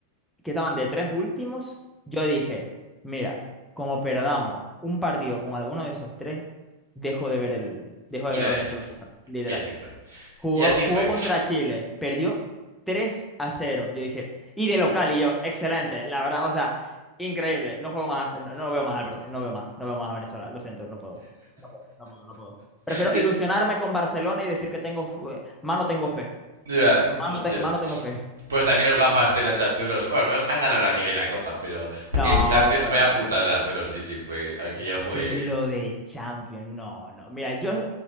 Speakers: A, in the centre; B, on the right.
A: que estaban de tres últimos. Yo dije, mira, como perdamos un partido con alguno de esos tres, dejo de ver el... dejo
B: Y
A: de ver
B: la
A: a
B: dejaste.
A: Venezuela jugar. Literal.
B: Y así fue.
A: Jugó,
B: Y así
A: jugó
B: fue.
A: contra Chile, perdió tres a cero Yo dije, y de local, y yo, excelente, la verdad, o sea, increíble. No juego más, no, no veo más al part- no veo más, no veo más a Venezuela, lo siento, no puedo. No puedo, no puedo, no puedo. Prefiero
B: Ya,
A: ilusionarme con Barcelona y decir que tengo fe- mano tengo fe.
B: ya,
A: Mano,
B: hostia.
A: te- mano tengo fe.
B: Pues también los gafaste en la Champions. Bueno, al menos han ganado la Liga y la Copa, pero
A: No,
B: en Champions
A: pero
B: vaya putada. Pero sí, sí, fue. Aquello
A: es
B: fue
A: que lo de Champions, no, no. Mira, yo,